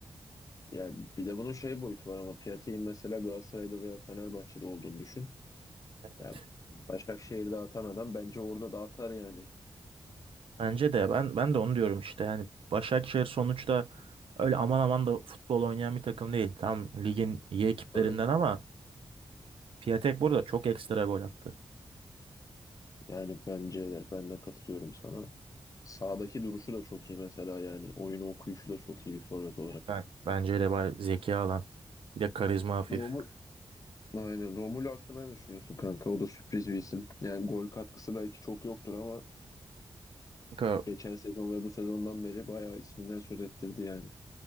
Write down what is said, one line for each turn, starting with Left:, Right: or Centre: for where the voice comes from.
Left: ya bir de bunun şey boyutu var ama Piatek'in mesela Galatasaray'da veya Fenerbahçe'de olduğunu düşün.
Right: Evet.
Left: Ya Başakşehir'de atan adam bence orada da atar yani.
Right: Bence de ben ben de onu diyorum işte. Yani Başakşehir sonuçta öyle aman aman da futbol oynayan bir takım değil. Tam ligin iyi ekiplerinden
Left: Tabii.
Right: ama Piatek burada çok ekstra gol attı.
Left: Yani bence de ben de katılıyorum sana. Sağdaki duruşu da çok iyi mesela yani. Oyunu okuyuşu da çok iyi bir forvet olarak.
Right: Ben, bence de bay zeki alan. Bir de karizma hafif.
Left: Romu Aynen. Romulo hakkında ne düşünüyorsun kanka? O da sürpriz bir isim. Yani gol katkısı belki çok yoktur ama
Right: Kanka,
Left: geçen sezon ve bu sezondan beri bayağı isminden söz ettirdi yani.